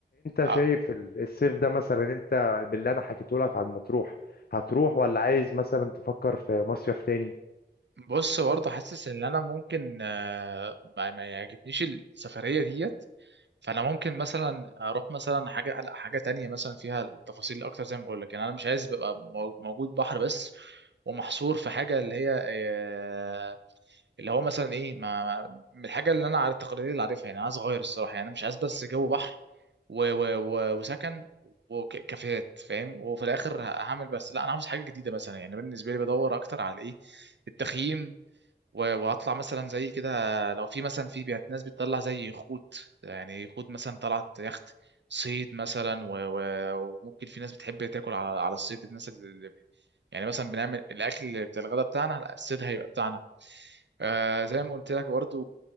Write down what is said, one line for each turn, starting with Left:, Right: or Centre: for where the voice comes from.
Right: آه،
Left: شايف ال- الصيف ده مثلا انت باللي انا حكيته لك عن مطروح هتروح ولا عايز مثلا تفكر في مصيف تاني
Right: بص برضه حاسس ان انا ممكن آه، ما ما يعجبنيش السفريه ديت فانا ممكن مثلا اروح مثلا حاجه لا حاجه تانية مثلا فيها التفاصيل اكتر زي ما بقول لك يعني انا مش عايز ببقى مو- موجود بحر بس ومحصور في حاجه اللي هي آه، اللي هو مثلا ايه ما ما- من الحاجه اللي انا على التقارير اللي عارفها يعني أنا عايز اغير الصراحه يعني أنا مش عايز بس جو بحر و و و وسكن وكافيهات فاهم وفي الاخر هعمل بس لا انا عاوز حاجه جديده مثلا يعني بالنسبه لي بدور اكتر على ايه التخييم و- واطلع مثلا زي كده لو في مثلا في بيت ناس بتطلع زي يخوت يعني يخوت مثلا طلعت يخت صيد مثلا و... و... وممكن في ناس بتحب تاكل على على الصيد الناس اللي يعني مثلا بنعمل الاكل بتاع الغداء بتاعنا لا الصيد هيبقى بتاعنا آه زي ما قلت لك برضو